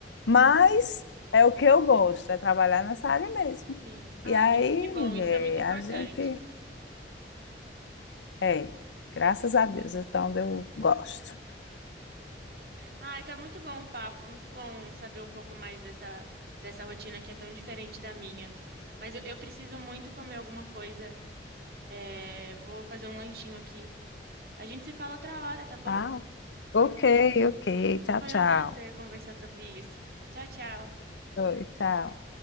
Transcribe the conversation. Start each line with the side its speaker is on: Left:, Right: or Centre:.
Left: mas é o que eu gosto, é trabalhar nessa área mesmo.
Right: Sim. Ah,
Left: E aí,
Right: mas que bom,
Left: mulher,
Right: isso é muito importante.
Left: a gente é, graças a Deus, então eu gosto.
Right: Ai, tá muito bom o papo, muito bom saber um pouco mais dessa, dessa rotina que é tão diferente da minha. Mas eu, eu preciso muito comer alguma coisa. É, vou fazer um lanchinho aqui. A gente se fala outra hora, tá bom?
Left: Tá? Ok, ok. Tchau,
Right: Foi
Left: tchau.
Right: um prazer conversar sobre isso. Tchau, tchau.
Left: Oi, tchau.